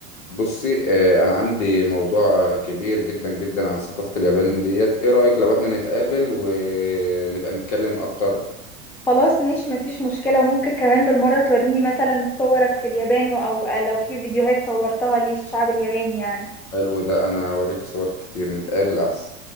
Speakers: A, on the left; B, in the centre.
A: بصي آه، انا عندي موضوع كبير جدا جدا عن ثقافة اليابان ديت ايه رأيك لو احنا نتقابل ونبقى نتكلم اكتر
B: خلاص ماشي مفيش مشكلة وممكن كمان بالمرة توريني مثلا صورك في اليابان أو آه، لو في فيديوهات صورتها للشعب الياباني يعني
A: حلو ده انا اوريك صور كتير نتقابل احسن